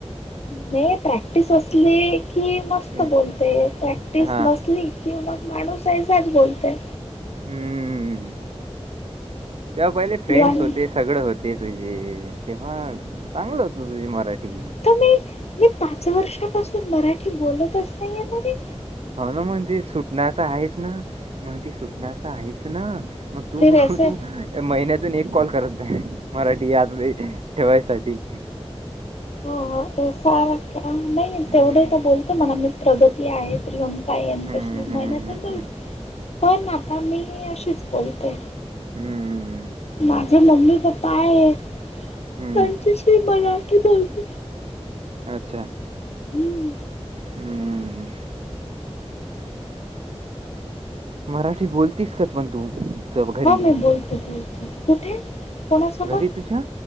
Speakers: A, on the left; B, on the right.
A: मी प्रॅक्टिस असली की मस्त
B: हं,
A: बोलते प्रॅक्टिस
B: हां.
A: नसली की मग माणूस हैसाच बोलते.
B: हम्म तेव्हा पहिले फ्रेंड्स
A: आणि
B: होते. सगळं होते तुझे तेव्हा चांगलं होतं तुझी मराठी.
A: आता मी मी पाच वर्षापासून मराठी बोलतच नाहीय ना बे.
B: हाऊ ना मग ते सुटणार तर आहेच ना. मग ती सुटणार तर आहेच ना मग तु
A: फिर असे
B: तु महिन्यातून एक कॉल करत जाय मराठी याद बी ठेवायसाठी.
A: हो नाही
B: हं.
A: तेवढे तर बोलतो म्हणा आ मी प्रगती आहे प्रियंका <unintelligible> काही यांच्याशी
B: हं, हं,
A: महिन्यातून
B: हं,
A: बोल
B: हं.
A: पण आता मी अशीच बोलते.
B: हम्म!
A: माझे मम्मी पप्पा आहे,
B: हं,
A: त्यांच्याशी मराठी बोलते
B: अच्छा!
A: हम्म.
B: हं. मराठी बोलतीस का पण तू? ग- घरी?
A: हो मी बोलते बोलते कुठे? कोणा सोबत?
B: घरी तुझ्या?